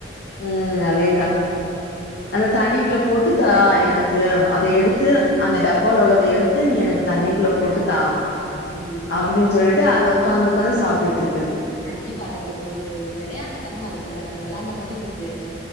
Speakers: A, on the left (about 60°); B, on the left (about 40°).
A: ம் அதேதா அந்த தண்ணிக்குள்ள போட்டு தா எனக் கு அத
B: ம்
A: எடுத்து அந்த டப்பால உள்ளத எடுத்து நீ எனக்கு தண்ணி குள்ள போட்டு
B: தண்ணில
A: தா
B: போட்டுருக்காங்க ம்
A: அப்டினு
B: அது
A: சொல்ட்டு அத ஒக்காந்து
B: அவங்க
A: ஒக்காந்து சாப்ட்டுட்டு இருக்குது
B: கண்டிப்பா அத ஒங்களுக்கு ஒரு வெளயாட்டுத்தனமா இருக்குல அது வெளாண்ட மாரியு இருக்கு அது